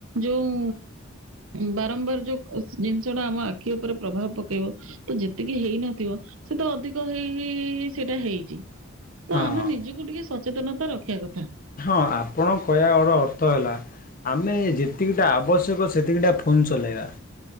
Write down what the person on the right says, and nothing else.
ଯଉଁ ବାରମ୍ବାର ଯଉ କ ଜିନିଷ ଟା ଆମ ଆଖି ଉପରେ ପ୍ରଭାବ ପକେଇବ ତ ଯେତିକି ହେଇନଥିବ ସେ ତ ଅଧିକ ହେଇ ହେଇ ହେଇ ସେଟା ହେଇଚି। ତ
ଆମେ ନିଜକୁ ଟିକେ ସଚେତନତା ରଖିଆ କଥା।